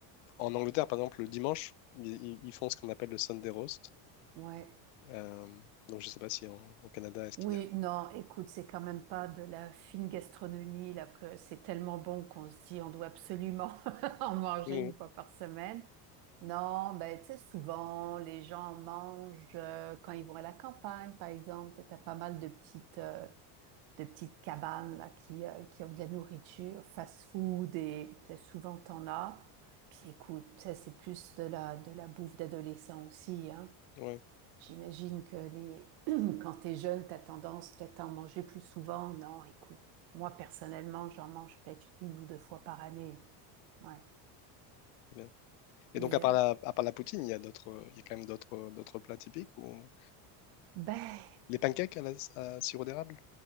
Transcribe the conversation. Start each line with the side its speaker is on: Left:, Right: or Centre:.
Left: En Angleterre, par exemple, le dimanche, ils, ils- ils font ce qu'on appelle le Sunday roast.
Right: ouais.
Left: Euh, donc je sais pas si en- au Canada, est-ce
Right: Oui,
Left: qu'il y a...
Right: non, écoute, c'est quand même pas de la fine gastronomie, là, que c'est tellement bon qu'on se dit on doit absolument <laughs> en manger
Left: Oui,
Right: une fois par semaine. Non, ben, tu sais, souvent, les gens mangent euh, quand ils vont à la campagne, par exemple. Tu as pas mal de petites, euh, de petites cabanes, là, qui, euh, qui offrent de la nourriture, fast-food, et tu sais, souvent, t'en as. Puis écoute, ça, c'est plus de la, de la bouffe d'adolescent aussi, hein.
Left: oui, ouais,
Right: J'imagine que les... <clears throat> quand tu es jeune, tu as tendance peut-être à en manger plus souvent. Non, écoute, moi personnellement, j'en mange peut-être une ou deux fois par année. Ouais.
Left: très bien. Et
Right: Mais
Left: donc à part
Right: euh,
Left: la, à part la poutine, il y a d'autres, il y a quand même d'autres, d'autres plats typiques ou
Right: ben
Left: les pancakes à, la, à sirop d'érable,